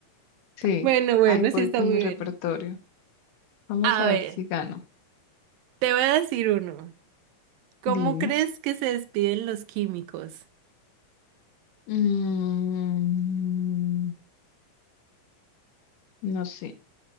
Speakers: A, on the left (about 75°); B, on the right (about 85°).
A: sí,
B: Bueno, bueno,
A: ahí voy
B: sí está
A: con
B: muy
A: mi repertorio.
B: bien.
A: Vamos
B: A
A: a ver
B: ver,
A: si gano.
B: te voy a decir uno. ¿Cómo
A: Dime.
B: crees que se despiden los químicos?
A: Mm, no sé.